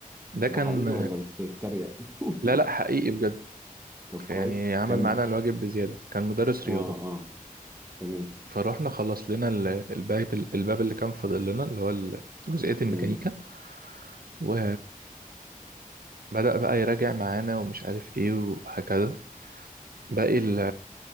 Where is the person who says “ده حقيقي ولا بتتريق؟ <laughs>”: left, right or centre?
Right